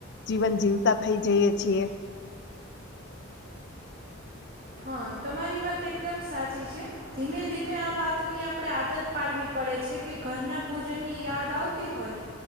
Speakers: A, on the left (about 55°); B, on the right (about 45°).
A: જીવન જીવતા થઈ જઈએ. છીએ.
B: હા તમારી વાત એકદમ સાચી છે ધીમે ધીમે આ વાતની આપણે આદત પાડવી પડે છે કે ઘરના ભોજનની યાદ આવતી હોય